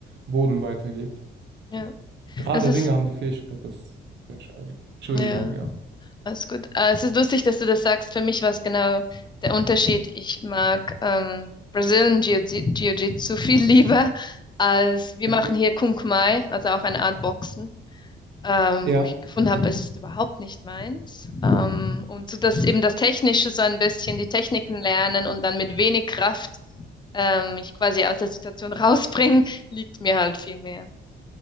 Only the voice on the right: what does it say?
Boden weitergeht.
Gerade
Ringer haben die Fähigkeit, das zu entscheiden. Entschuldigung,
ja.
Okay.
Ja.